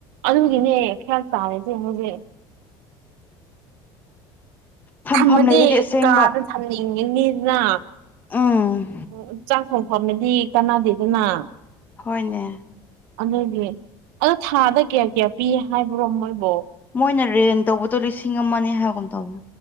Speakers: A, on the right (about 85°); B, on the left (about 15°).
A: ꯑꯗꯨꯒꯤꯅꯦ ꯈꯔ ꯇꯥꯔꯁꯦ ꯍꯧꯖꯤꯛ
B: ꯊꯝꯐꯝ
A: ꯊꯝꯃꯗꯤ
B: ꯂꯩꯔꯗꯤ ꯑꯁꯦꯡꯕ
A: ꯀꯥꯗ ꯊꯝꯅꯤꯡꯉꯤꯅꯤꯅ
B: ꯎꯝ
A: ꯎ ꯆꯥꯛ ꯊꯣꯡꯐꯝꯅꯗꯤ ꯀꯅꯥꯗ ꯑꯗꯨꯅ
B: ꯍꯣꯏꯅꯦ
A: ꯑꯗꯨꯗꯤ ꯑꯗꯣ ꯊꯥꯗ ꯀꯌꯥ ꯀꯌꯥ ꯄꯤ ꯍꯥꯏꯕ꯭ꯔꯣ ꯃꯣꯏꯕꯨꯣ
B: ꯃꯣꯏꯅ ꯔꯦꯟ ꯇꯧꯕꯗꯣ ꯂꯤꯁꯤꯡ ꯑꯃꯅꯦ ꯍꯥꯏꯒꯨꯝ ꯇꯧꯋꯦ